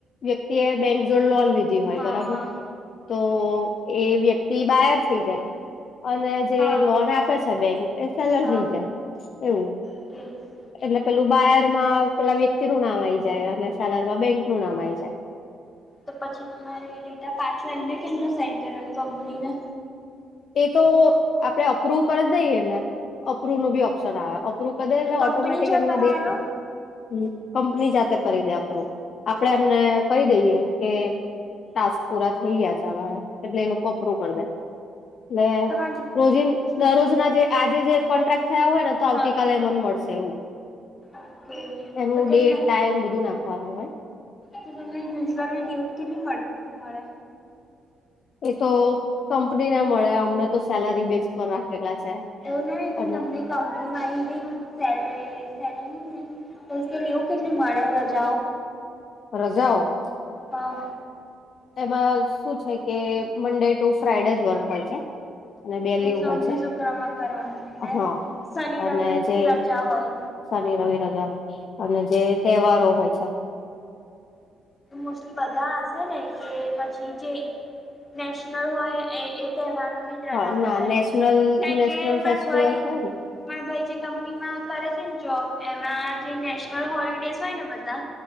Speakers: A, on the left (about 60°); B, on the left (about 25°).
A: વ્યક્તિએ બેંક જોડે લોન લીધી હોય
B: હા
A: બરાબર
B: હા
A: તો એ વ્યક્તિ બાયર થઈ જાય. અને જે
B: હા
A: લોન આપે છે બેંક એ સલ
B: હા
A: રહી જાય એવું.
B: <inaudible>
A: એટલે પેલું બાયરમા પેલા વ્યક્તિ નું નામ આઈ જાય અને શાલરમાં બેંક નું નામ આ આવી જાય
B: તો પછી તમારે ડેટા પાછો એમને કેમને સેન્ડ કરવાની કંપનીને
A: એ તો આપડે અપ્રુવ કરી જ દઈએ ને અપ્રુવ નો બી ઓપ્શન આવે અપ્રુ બધા
B: એટલે
A: એ
B: કંપની
A: ઓટોમેટિક
B: જો
A: એમને
B: કરવાનો
A: દેખાય હ કંપની જાતે કરી દે અપરૂ આપડે
B: ઓકે
A: એમને કહી દઈએ કે ટાસ્ક પૂરા થઈ ગયા તમારા એટલે એ લોકો અપરૂ કરી દે એટલે
B: તમારે
A: રોજ દરરોજ ના જે આજે જે કોન્ટ્રાક્ટ થયા હોય ને તો આવતીકાલે
B: હા
A: મન મળશે એવું
B: ઓકે
A: એનું
B: તો
A: ડેટ
B: કેટલા
A: ટાઈમ બધું નાખવાનું હોય.
B: તમને યુઝલી ન્યુઝ કેટલી મળ મળે.
A: એ તો કંપની ને મળે અમને તો સેલરી બેઝ પર રાખેલા છે.
B: એવું ન‌ઈ પણ
A: અને
B: તમને કંપનીમાં અહી સે સેલર. <unintelligible> એવું કેટલી મળે રજાઓ
A: રજાઓ
B: હા
A: તેમાં શું છે કે મન્ડે ટુ ફ્રાઈડેજ વર્ક હોય છે. અને બે
B: એ
A: લીવ
B: સોમથી
A: હોય છે
B: શુક્રમાં કરવાનું એટલે
A: હા
B: શનિ
A: અને
B: રવિ
A: જે
B: રજા હોય
A: શનિ રવિ રજા હોય અને જે તહેવારો હોય છે.
B: મોસ્ટલી બધા હશે ને કે પછી જે. નેશનલ હોય એ એ તહેવારોની રજા
A: હા
B: મળે
A: ના નેશનલ
B: કાકે
A: નેશનલ ફેસ્ટિવલ
B: માર ભાઈ.
A: હોય ને
B: મારા ભાઈ જે કંપનીમાં કરે છે ને જોબ એમાં જે નેશનલ હોલડેસ હોય ને બધા